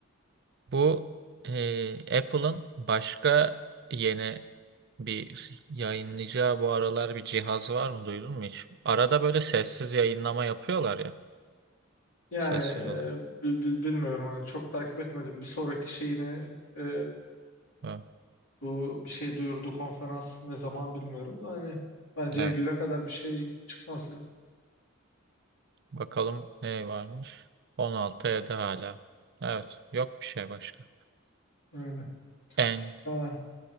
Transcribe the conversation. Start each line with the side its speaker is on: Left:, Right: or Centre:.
Right: Bu e, Apple'ın başka yeni bir yayınlayacağı bu aralar bir cihaz var mı duydun mu hiç? Arada böyle sessiz yayınlama yapıyorlar ya.
Left: Yani
Right: Sessiz
Left: e,
Right: olarak.
Left: bi- bi- bilmiyorum hani çok takip etmedim. Bir sonraki şeyine e,
Right: Ha,
Left: Bu bir şey duyurdu konferans ne zaman bilmiyorum da hani bence
Right: evet.
Left: Eylül'e kadar bir şey çıkmaz ya.
Right: Bakalım ne varmış? 16 ya da hala. Evet. Yok bir şey başka.
Left: Öyle.
Right: En.
Left: Ha.